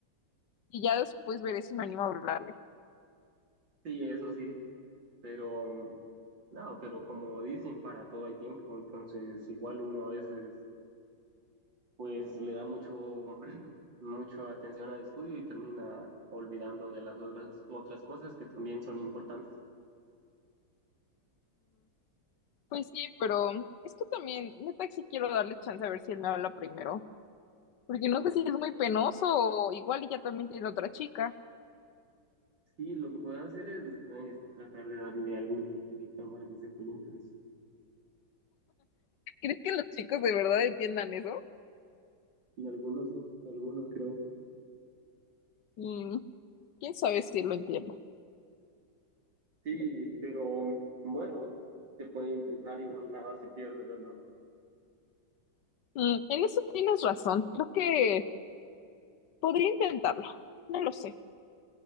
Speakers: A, on the left; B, on the right.
A: Y ya después veré si me animo a hablarle.
B: Sí, eso sí. Pero, no, pero como dicen, para todo hay tiempo, entonces igual uno a veces pues le da mucho, <clears throat> mucha atención al estudio y termina olvidando de las otras, otras cosas que también son importantes.
A: Pues sí, pero es que también, neta, sí quiero darle chance a ver si él me habla primero. Porque no sé si es muy penoso o igual y ya también tiene otra chica.
B: Sí, lo que puedes hacer es, es tratar de darle alguna indirecta para que sepa el interés.
A: ¿Crees que los chicos de verdad entiendan eso?
B: Y algunos sí, algunos creo.
A: Mm, quién sabe si lo entiendo.
B: Sí, pero bueno, se puede intentar, igual nada se pierde, ¿verdad?
A: Mm, en eso tienes razón. Creo que podría intentarlo. No lo sé.